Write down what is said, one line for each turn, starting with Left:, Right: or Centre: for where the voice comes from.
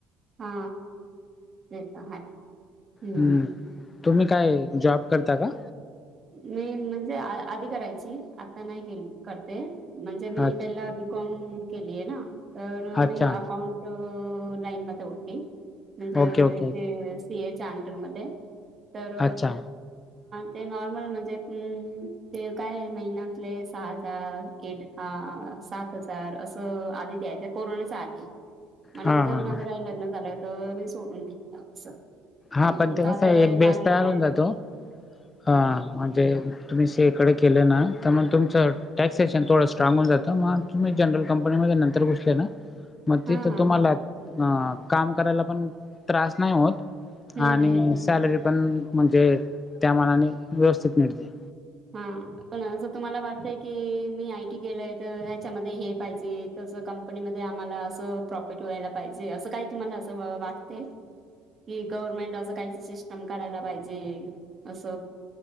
Right: हा ते तर आहे. हम्म
Left: हम्. तुम्ही काय जॉब करता का?
Right: नाही म्हणजे आधी करायची आता नाही केल करते. म्हणजे मी
Left: अच्छा
Right: पहिला बीकॉम केलीय ना तर
Left: अच्छा
Right: मी अकाउंट अ. लाईन मध्ये होती म्हणजे
Left: ओके ओके ओके
Right: ते सी. ए. च्या, अंडरमध्ये तर
Left: अच्छा
Right: ते नॉर्मल म्हणजे ते काय, महिन्यातले सहा हजार एट. हा सात हजार अस, आधी द्यायच कोरोनाचा आधी मग नंतर
Left: हा हा
Right: माझ
Left: हा
Right: काय लग्न झाल, तर मी सोडून दिल अस. हम्म्
Left: हा पण
Right: हम
Left: ते
Right: दादा
Left: कसं आहे
Right: हे,
Left: एक बेस
Right: लहान मुलं
Left: तयार होऊन
Right: आहेत.
Left: जातो हा म्हणजे तुम्ही सी. ए. कडे केले ना, तर मग तुमच टॅक्सेश थोड स्ट्रांग होऊन जात. मग तुम्ही जनरल कंपनी मध्ये, नंतर घुसले ना मग
Right: हा
Left: तिथ
Right: हा
Left: तुम्हाला
Right: हा
Left: अ काम करायला पण त्रास नाही होत.
Right: हम्म
Left: आणि
Right: हम्म हम्म.
Left: सॅलरी पण म्हणजे, त्या मानाने व्यवस्थित मिळते.
Right: हा. पण अस तुम्हाला वाटतय की, मी आय टी केलंय तर ह्याच्यामध्ये हे पाहिजेत तस कंपनीमध्ये आम्हाला अस प्रॉफिट व्हायला पाहिजे, अस काही तुम्हाला अस वाटते? कि गव्हर्नमेंट अस काहीच सिस्टम काढायला पाहिजे, अस.